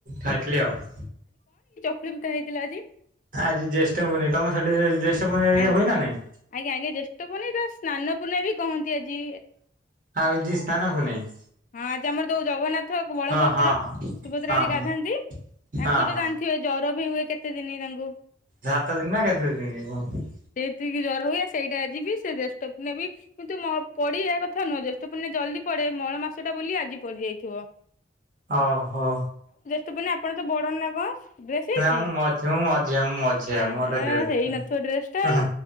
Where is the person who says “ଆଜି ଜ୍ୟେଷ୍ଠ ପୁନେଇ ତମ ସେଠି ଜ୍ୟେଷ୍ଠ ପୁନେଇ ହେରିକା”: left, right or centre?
Right